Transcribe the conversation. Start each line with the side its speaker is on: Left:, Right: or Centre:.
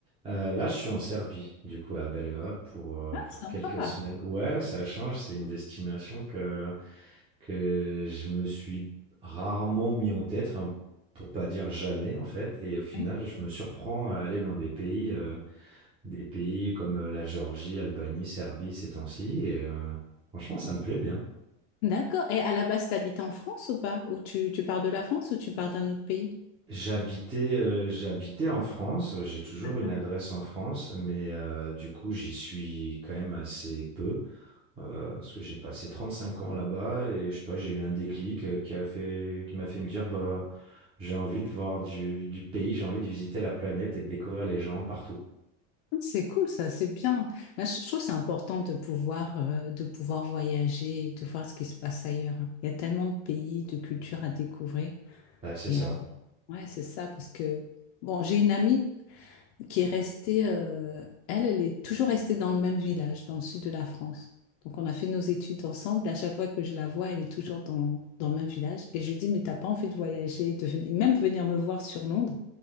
Right: Euh, là, je suis en Serbie, du coup, à Belgrade, pour, euh,
Left: Ah,
Right: pour
Left: sympa.
Right: quelques semaines. Ouais, ça change, c'est une destination que, que je me suis rarement mis en tête, enfin, pour pas dire jamais, en fait. Et au final,
Left: Oui.
Right: je me surprends à aller dans des pays, euh, des pays comme euh, la Géorgie, Albanie, Serbie, ces temps-ci, et euh, franchement, ça me plaît bien.
Left: D'accord. Et à la base, t'habites en France ou pas? Ou tu, tu pars de la France ou tu pars d'un autre pays?
Right: J'habitais euh, j'habitais en France, j'ai toujours
Left: D'accord.
Right: une adresse en France, mais euh, du coup j'y suis quand même assez peu, euh, parce que j'ai passé 35 ans là-bas et je sais pas, j'ai eu un déclic euh, qui a fait, qui m'a fait me dire bah j'ai envie de voir du, du pays, j'ai envie de visiter la planète et de découvrir les gens partout.
Left: C'est cool, ça, c'est bien. Là, je je trouve que c'est important de pouvoir, euh, de pouvoir voyager, et de voir ce qui se passe ailleurs. Il y a tellement de pays, de cultures à découvrir.
Right: Bah, c'est
Left: Et
Right: ça.
Left: euh, ouais, c'est ça, parce que, bon, j'ai une amie. qui est restée, euh, elle, elle est toujours restée dans le même village, dans le sud de la France. Donc on a fait nos études ensemble. À chaque fois que je la vois, elle est toujours dans, dans le même village. Et je lui dis, mais t'as pas envie de voyager, de venir- même venir me voir sur Londres.